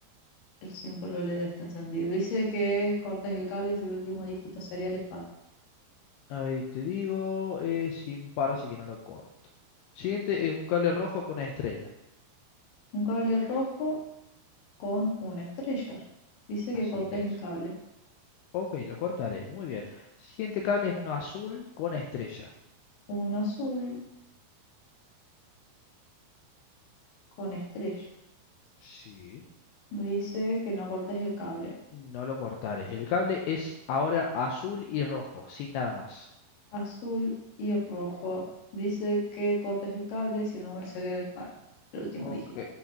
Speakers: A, on the left (about 60°); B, on the left (about 80°).
A: el símbolo LED está encendido. Dice que cortes el cable si el último dígito serial es par.
B: A ver, te digo, es sin par, así que no lo corto. Siguiente es un cable rojo con estrella.
A: Un cable rojo con una estrella. Dice que
B: Así
A: cortes
B: es.
A: el cable.
B: Ok, lo cortaré. Muy bien. Siguiente cable es uno azul con estrella.
A: Uno azul con estrella.
B: Sí.
A: Dice que no cortes el cable.
B: No lo cortaré. El cable es ahora azul y rojo, sin nada más.
A: azul y rojo. Dice que cortes el cable si el número serial es par, el último
B: Ok,
A: dígito.